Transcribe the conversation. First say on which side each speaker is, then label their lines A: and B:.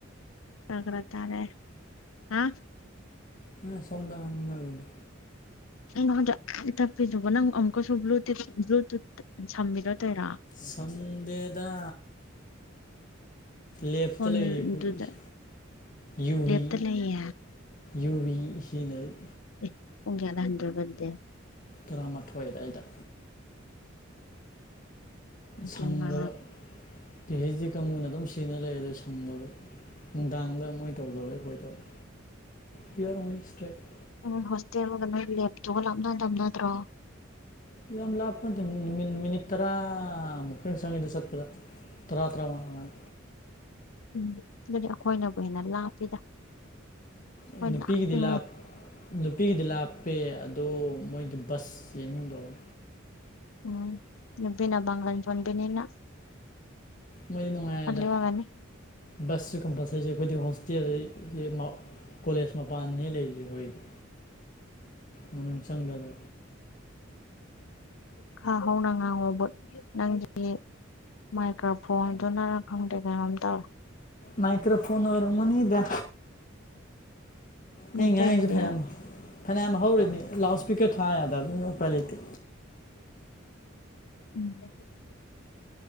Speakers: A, on the left (about 85°); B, on the left (about 40°).
A: ꯈꯔꯥ-ꯈꯔꯥ ꯇꯥꯔꯦ ꯑ
B: ꯅꯪꯅ ꯁꯣꯝꯗ ꯉꯥꯡꯅꯕꯩꯗꯣ
A: ꯑꯩꯉꯣꯟꯗ ꯌꯥꯝ ꯇꯞꯄꯤꯗꯨꯕꯨ ꯅꯪ ꯑꯃꯨꯛꯀꯁꯨ ꯕ꯭ꯂꯨꯇꯤꯞ ꯕ꯭ꯂꯨꯇꯨꯠ ꯁꯝꯕꯤꯗꯣ ꯇꯣꯏꯔꯣ
B: ꯁꯝꯗꯦꯗ ꯂꯦꯞꯇ
A: ꯐꯣꯟꯗꯨꯗ
B: ꯂꯩꯔꯤ ꯑꯩꯈꯣꯏꯒꯤ ꯌꯨꯕꯤ
A: ꯂꯦꯞꯇ ꯂꯩꯌꯦ
B: ꯌꯨꯚꯤ ꯁꯤꯖꯤꯟꯅꯔꯤ
A: ꯏ ꯄꯨꯡ ꯀꯌꯥꯗ ꯍꯟꯗꯣꯏꯕ ꯑꯗꯨꯗꯤ
B: ꯇꯔꯥꯃꯥꯊꯣꯏ ꯑꯗꯥꯏꯗ ꯁꯪꯗꯕ
A: ꯏꯃꯥ
B: ꯄꯤ ꯍꯦꯁꯇꯤ ꯀꯥꯡꯕꯨꯅ ꯑꯗꯨꯝ ꯁꯤꯖꯤꯟꯅ ꯂꯩꯂꯦꯗ ꯁꯪꯗꯕꯩ ꯅꯨꯡꯗꯥꯡꯗ ꯃꯣꯏ ꯇꯧꯗꯕꯣꯏ ꯑꯩꯈꯣꯏ ꯇꯧꯋꯦ ꯄꯤꯌꯔ ꯑꯣꯡꯂꯤ ꯁꯇ꯭ꯔꯦꯇ
A: ꯅꯪ ꯍꯣꯁꯇꯦꯜꯒ ꯅꯣꯏ ꯂꯦꯞꯇꯨꯒ ꯂꯥꯞꯅꯗꯝꯅꯠꯗ꯭ꯔꯣ
B: ꯌꯥꯝ ꯂꯥꯞꯄ ꯅꯠꯇꯦ ꯃꯤꯅꯤꯠ ꯃꯤꯅꯤꯠ ꯇꯔꯥꯃꯨꯛ ꯈꯔ ꯆꯪꯉꯦ ꯑꯗꯨ ꯆꯠꯄꯗ ꯇꯔꯥ ꯇꯔꯥꯉꯥ ꯑꯗꯨꯃꯥꯏꯅ
A: ꯎꯝ ꯑꯗꯨꯗꯤ ꯑꯩꯈꯣꯏꯅꯕꯨ ꯍꯦꯟꯅ ꯂꯥꯞꯄꯤꯗ ꯑꯩꯈꯣꯏ
B: ꯑꯦ ꯅꯨꯄꯤꯒꯤꯗꯤ
A: ꯂꯥꯞꯄꯤꯉꯣ
B: ꯂꯥꯞ ꯅꯨꯄꯤꯒꯤꯗꯤ ꯂꯥꯞꯄꯦ ꯑꯗꯣ ꯃꯣꯏꯗꯤ ꯕꯁ <unintelligible>
A: ꯎꯝ ꯅꯨꯄꯤꯅ ꯄꯥꯡꯒꯟ ꯁꯣꯟꯕꯤꯅꯤꯅ
B: ꯃꯣꯏꯗꯤ ꯅꯨꯡꯉꯥꯏ ꯌꯦꯗ
A: ꯑꯣꯏꯔꯝꯒꯅꯤ
B: ꯕꯁꯁꯨ ꯀꯝꯄꯜꯁꯔꯤ ꯑꯩꯈꯣꯏꯗꯤ ꯍꯣꯁꯇꯦꯜꯗꯤ <unintelligible> ꯀꯣꯂꯦꯖ ꯃꯄꯥꯟ ꯗꯅꯤ ꯂꯩꯔꯤꯁꯤ ꯑꯩꯈꯣꯏꯗꯤ ꯃꯅꯨꯡ ꯆꯪꯗꯗꯅ
A: ꯈꯥ ꯍꯧꯅꯥꯉꯥꯉꯣ ꯕꯨꯠ ꯅꯪꯒꯤꯌꯦ ꯃꯥꯏꯀ꯭ꯔꯣꯐꯣꯟꯗꯨ ꯅꯪꯔ ꯈꯪꯗꯦ ꯀꯩꯅꯣꯝ ꯇꯧꯋꯦ
B: ꯃꯥꯏꯀ꯭ꯔꯐꯣꯟ ꯑꯣꯏꯔꯝꯒ ꯅꯤꯗ
A: ꯃꯤꯇꯩꯒꯤꯗꯤ
B: ꯑꯩꯅ ꯉꯥꯡꯏꯁꯦ ꯐꯅ ꯌꯥꯝ ꯐꯅꯌꯥꯝ ꯍꯧꯔꯅꯤ ꯂꯥꯎꯠ ꯏꯁꯄꯤꯀꯔ ꯊꯥ ꯌꯥꯗꯕꯅꯤꯅ ꯎꯄꯥꯏ ꯂꯩꯇꯦ
A: <unintelligible>